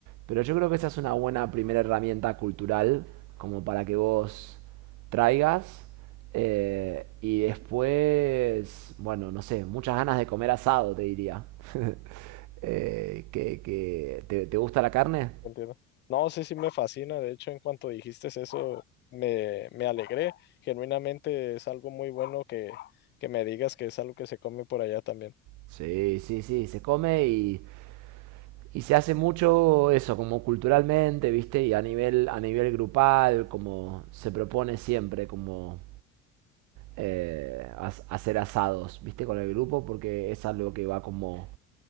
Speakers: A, on the right (about 45°); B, on the left (about 30°).
A: Pero yo creo que esa es una buena primera herramienta cultural como para que vos traigas. eh, y después, bueno, no sé, muchas ganas de comer asado, te diría. <laughs> Eh, que, que- ¿te, te gusta la carne?
B: Entiendo. No, sí, sí me fascina. De hecho, en cuanto dijiste eso, me, me alegré. Genuinamente es algo muy bueno que, que me digas que es algo que se come por allá también.
A: Sí, sí, sí, se come y, y se hace mucho eso, como culturalmente, ¿viste? Y a nivel, a nivel grupal, como se propone siempre, como eh, as- hacer asados, ¿viste? Con el grupo, porque es algo que va como,